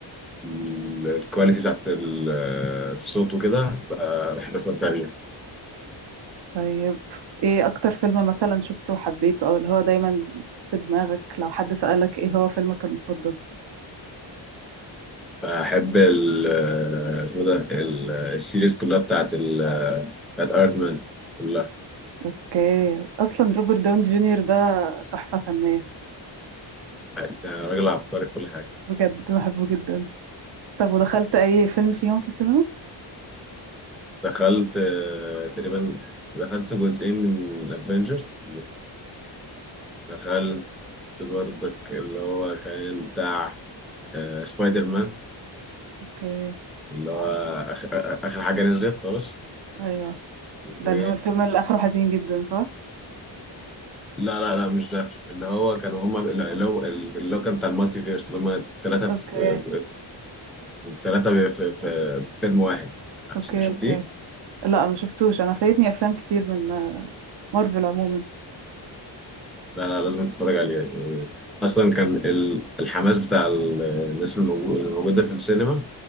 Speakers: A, in the centre; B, on the right.
A: ال- الكواليتي بتاعت ال- الصوت وكده ب- بحب أستمتع بيها
B: طيب ايه اكتر فيلم مثلا شفته وحبيته او اللي هو دايما في دماغك لو حد سألك ايه هو فيلمك المفضل
A: بحب ال اسمه ده ال- السيريز كلها بتاعت ال- بتاعت أيرون مان كلها
B: اوكي اصلا روبرت داون جونيور ده تحفة فنية
A: أنت راجل عبقري في كل حاجة
B: بجد بحبه جدا طب ودخلت اي فيلم فيهم في السينما
A: دخلت آه، تقريبا دخلت جزئين من الافنجرز ودخلت برضك اللي هو كان بتاع آه، سبايدر مان
B: اوكي
A: اللي هو آخ- آه، اخر حاجه نزلت خالص
B: ايوه
A: و
B: ده اللي هو الفيلم اللي اخره حزين جدا صح
A: لا لا لا مش ده اللي هو
B: اوكي
A: كانوا هما اللي هو اللي هو كان بتاع المالتي فيرس اللي هما الثلاثه
B: اوكي
A: في الثلاثه في, في, في فيلم واحد
B: اوكي
A: شفتيه؟
B: اوكي لا ما شفتوش انا فايتني افلام كتير من آه، مارفل عموما
A: لا لا لازم تتفرج عليه يعني اصلا كان ال- الحماس بتاع ال- الناس الموجو- اللي موجوده في السينما